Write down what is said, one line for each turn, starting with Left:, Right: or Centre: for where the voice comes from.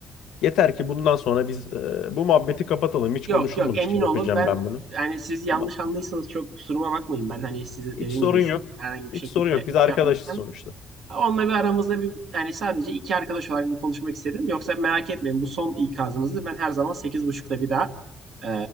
Left: yeter ki bundan sonra biz e, bu muhabbeti kapatalım. Hiç
Right: Yok
Left: konuşulmamış
Right: yok emin
Left: gibi
Right: olun
Left: yapacağım
Right: ben
Left: ben bunu.
Right: yani siz yanlış
Left: Tamam.
Right: anlıysanız çok kusuruma bakmayın. Ben hani size
Left: Hiç
Right: dediğim
Left: sorun
Right: gibi
Left: yok.
Right: sizi herhangi bir
Left: Hiç
Right: şekilde
Left: sorun yok.
Right: şey
Left: Biz arkadaşız
Right: yapmak istemem.
Left: sonuçta.
Right: Onunla bir aramızda bir yani sadece iki arkadaş olarak bir konuşmak istedim. Yoksa merak etmeyin bu son ikazınızdı. Ben her zaman sekiz buçukta bir daha e,